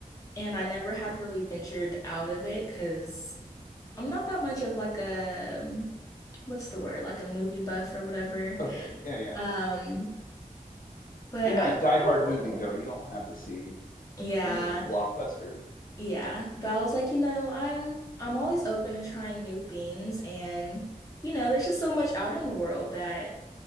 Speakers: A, on the left; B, on the left.
A: and I never had really ventured out of it because I'm not that much of like a um, what's the word? Like a movie buff or whatever.
B: Okay, yeah, yeah.
A: Um, but
B: You're not
A: I I
B: a diehard
A: don't
B: moviegoer.
A: know.
B: You don't have to see
A: Yeah.
B: the newest blockbuster.
A: Yeah, but I was like, you know, I'm I'm always open to trying new things and you know, there's just so much out in the world that